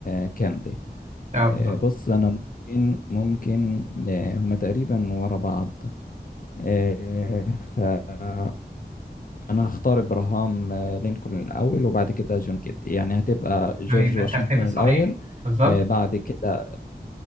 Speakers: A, on the left; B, on the right.
A: كيندي
B: اه بالظبط
A: آه، بص أنا ممكن ممكن آه، هما تقريبا ورا بعض آه، فأنا هختار إبراهام آه، لينكولن الأول وبعد كده جون كيندي يعني هتبقى جورج
B: تمام يبقى
A: واشنطن
B: الترتيب الصحيح
A: الأول
B: بالظبط
A: آه، بعد كده